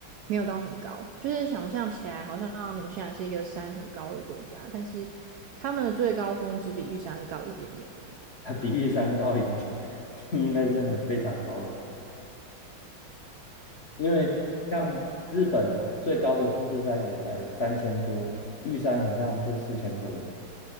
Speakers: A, on the right (about 85°); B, on the left (about 50°).
A: 没有到很高，就是想象起来好像纽西兰是一个山很高的国家，但是他们的最高峰只比玉山高一点点而已。
B: 它比玉山高已经 <laughs> 应该是很非常高了吧？因为像日本最高的富士山也才三千多，玉山好像就四千多了吧？